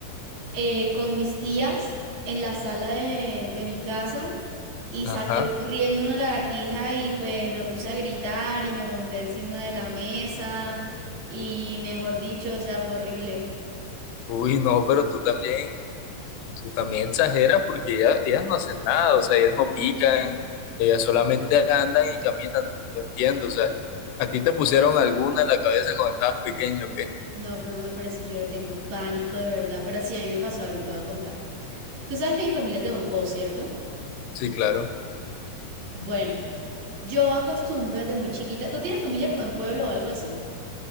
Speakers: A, on the right (about 80°); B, on the left (about 85°).
A: eh, con mis tías en la sala de, de mi casa y
B: Ajá.
A: salió corriendo una lagartija y pues me puse a gritar y me monté encima de la mesa y mejor dicho, o sea, fue horrible.
B: Uy, no, pero tú también, tú también exageras porque ellas, ellas no hacen nada, o sea, ellas no pican, ellas solamente andan y caminan, no, no entiendo, o sea, ¿a ti te pusieron alguna en la cabeza cuando estabas pequeño o qué?
A: No, Fernando, pero es que yo le tengo pánico de verdad, pero sí, a mí me pasó algo, te voy a contar. Tú sabes que mi familia es de Monpó, ¿cierto?
B: Sí, claro.
A: Bueno, yo acostumbro desde muy chiquita. ¿Tú tienes familia como en pueblo o algo así?